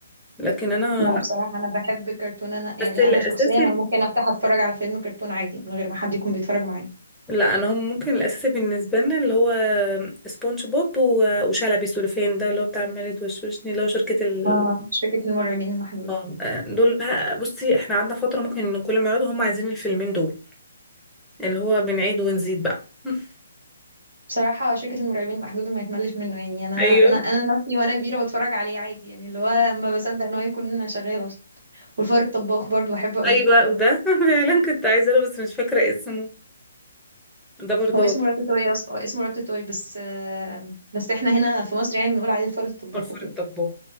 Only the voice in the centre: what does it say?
لكن أنا
لا
بس
الأساسي
لا انا هم ممكن الاساسي بالنسبه لنا اللي هو سبونج بوب و- وشلبي سوليفين ده اللي هو بتاع مالد وشوشني اللي هو شركه ال
اه آه، دول بقى بصي احنا قعدنا فتره ممكن إن كل ما يقعدوا هم عايزين الفيلمين دول اللي هو بنعيد ونزيد بقى <laughs>
ايوه
ايوه وده <laughs> فعلا كنت عايزه انا بس مش فاكره اسمه ده برضو
فلفل
الطباخ